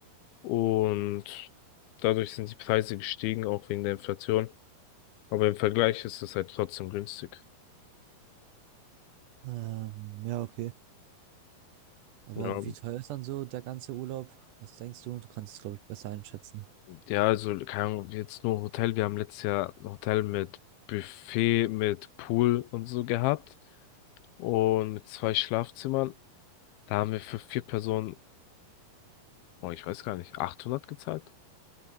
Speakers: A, on the left; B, on the right.
A: Und dadurch sind die Preise gestiegen, auch wegen der Inflation. Aber im Vergleich ist es halt trotzdem günstig.
B: Ähm, ja, okay. Aber
A: Ja.
B: wie teuer ist dann so der ganze Urlaub? Was denkst du? Du kannst es, glaube ich, besser einschätzen.
A: Ja, also, keine Ahnung, jetzt nur Hotel. Wir haben letztes Jahr ein Hotel mit Buffet, mit Pool und so gehabt. Und mit zwei Schlafzimmern. Da haben wir für vier Personen, oh, ich weiß gar nicht, 800 gezahlt.